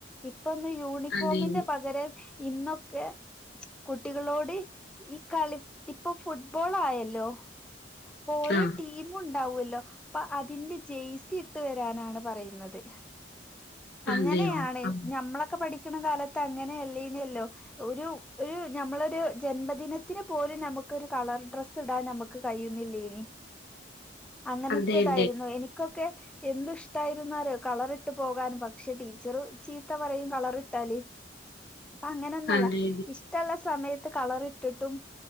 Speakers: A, in the centre; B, on the left (about 65°).
A: ഇ പ്പം ഇന്ന് യൂണിഫോമിന്റെ
B: അതെ അതെ
A: പകരം ഇന്നൊക്കെ കുട്ടികളോട് ഈ കളി ഇപ്പോ ഫുട്ബോ ബോളായല്ലോ പ്പോ ഓരോ
B: ആ
A: ടീമും ഉണ്ടാകു അല് ല്ലോ അപ്പോ അതിന്റെ ജേഴ്സിയിട്ട് വരാനാണ് പറയുന്നത് അങ്ങനെയാണ്
B: അതെയോ ആ,
A: ഞമ്മളൊക്കെ പഠിച്ച ക്കണ കാലത്ത് അങ്ങനെ അല്ലേ നു അല്ലോ ഒരു ഒരു ഞമ്മളൊരു ജന്മദിനത്തിന് പോലും ഞമ്മക്കൊരു കളർ ഡ്രസ്സിടാൻ ഞമ്മക്ക് കഴിയുന്നില്ലേനു അങ്ങനത്തെതായിരുന്നു
B: അതെ അതെ അതെ
A: എനിക്കൊക്കെ എന്തിഷ്ടായിരുന്നെന്ന് അറിയോ കളറിട്ട് പോകാന് പക്ഷേ ടീച്ചറ് ചീത്ത പറയും കളറിട്ടാല് ഇപ്പ അങ്ങനൊന്നല്ല
B: അതെ
A: ഇഷ്ടം ഒള്ള സമയത്ത് കളറിട്ടിട്ടും